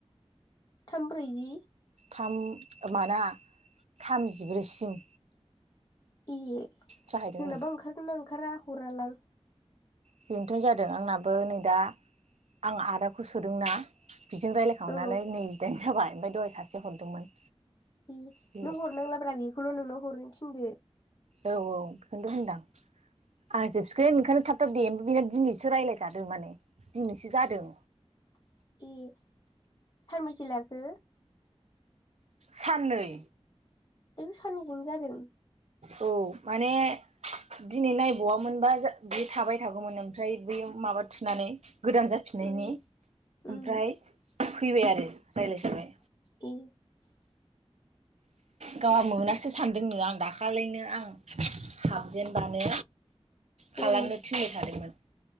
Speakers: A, on the left; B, on the right.
A: थाम ब्रैजि
B: थाम माना थामजिब्रैसिम
A: ए
B: जाहैदोंनो
A: जोंनाबा ओंखारगोनना ओंखारा हरालां
B: बेनोथ' जादों आंनाबो नै दा आं आदाखौ सोदोंना बिजों रायलायखांनानै
A: औ
B: नैजिदाइन जाबाय ओमफाय दहाय सासे हरदोंमोन।
A: ए
B: बे
A: नों हरनांलाब्रा बेखौल' नोंनाव हरनो थिनदो
B: औ औ बेखौथ' होनदां आं जोबसिगोन ओंखायनो थाबथाब देम बिनो दिनैसो रायलायजादोंमोन। दिनैसो जादों।
A: ए सानबेसे लाखो?
B: साननै
A: ए साननैजों जादों।
B: औ माने दिनै नायबावामोनबा जा बे थाबाय थागौमोन ओमफ्राय बेयाव माबा थुनानै गोदान जाफिननायनि
A: उम
B: ओमफ्राय
A: उम
B: फैबाय आरो रायलायजाबाय
A: ए
B: गावहा मोनासो सानदोंनो आं दाखालैनो आं हाबजेनबानो खालामनो
A: औ
B: थिनबाय थादोंमोन।